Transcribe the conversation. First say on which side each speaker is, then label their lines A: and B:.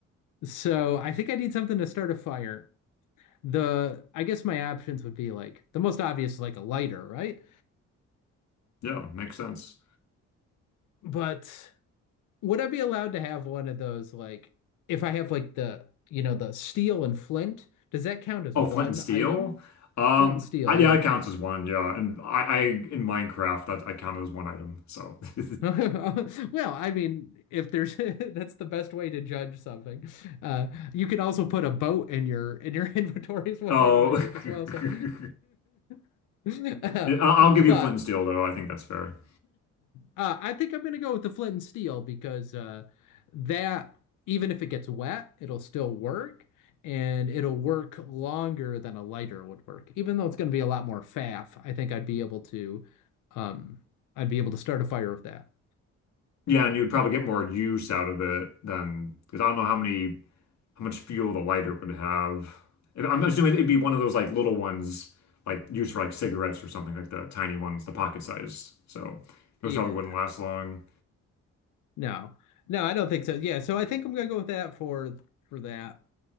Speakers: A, on the left; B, on the left.
A: So I think I need something to start a fire. The I guess my options would be like the most obvious is like a lighter, right?
B: Yeah, makes sense.
A: But Would I be allowed to have one of those like if I have like the, you know, the steel and flint, does that count as
B: Oh,
A: one
B: flint and steel?
A: item?
B: Um,
A: Flint and steel,
B: I,
A: yeah.
B: yeah, it counts as one. Yeah, and I, I in Minecraft that I count it as one item. So, <laughs>
A: <laughs> Well, I mean, if there's <laughs> that's the best way to judge something. Uh, you can also put a boat in your in your <laughs> inventory is one
B: oh,
A: item I think as
B: <laughs>
A: well. So, <laughs> Uh,
B: I- I'll give
A: but
B: you flint and steel though. I think that's fair.
A: Uh, I think I'm going to go with the flint and steel because uh, that, even if it gets wet, it'll still work and it'll work longer than a lighter would work. Even though it's going to be a lot more faff, I think I'd be able to, um, I'd be able to start a fire with that.
B: Yeah, and you'd probably get more use out of it than because I don't know how many how much fuel the lighter would have. I'm assuming it'd be one of those like little ones, like used for like cigarettes or something like the tiny ones, the pocket size. So those
A: Yeah.
B: probably wouldn't last long.
A: No. No, I don't think so. Yeah, so I think I'm gonna go with that for for that.